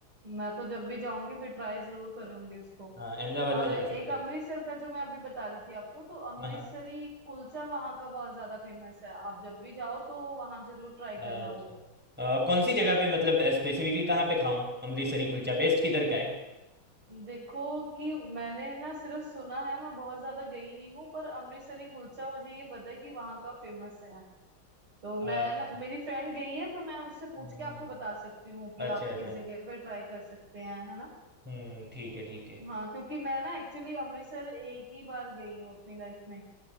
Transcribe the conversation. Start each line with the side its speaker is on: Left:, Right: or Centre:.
Right: मैं तो जब भी जाऊंगी फिर ट्राई जरूर करूंगी उसको
Centre: हाँ अहमदाबाद में
Right: और
Centre: जा
Right: एक
Centre: सकते
Right: अमृतसर
Centre: हैं
Right: का जो मैं अभी बता रही थी आपको तो अमृतसरी
Centre: हाँ हाँ
Right: कुलचा वहां का बहुत ज्यादा फेमस है आप जब भी जाओ तो वहां जरूर ट्राई
Centre: अच्छा
Right: करना वो
Centre: अ, कौन सी जगह
Right: अम,
Centre: पे मतलब स्पेसिफिकली कहाँ पे खाऊं अमृतसरी कुलचा बेस्ट किधर का है
Right: देखो कि मैंने ना सिर्फ सुना है मैं बहुत ज्यादा गई नहीं हूँ पर अमृतसरी कुलचा मुझे ये पता है कि वहां का फेमस है तो मैं
Centre: अच्छा
Right: ना मेरी फ्रेंड गई है तो मैं उससे पूछ
Centre: हम्म,
Right: के आपको बता सकती हूँ कि
Centre: अच्छा
Right: आप
Centre: अच्छा
Right: किस जगह पे ट्राई कर सकते हैं है ना
Centre: हम्म ठीक है ठीक है
Right: हाँ क्योंकि मैं ना एक्चुअली अमृतसर एक ही बार गई हूँ अपनी लाइफ में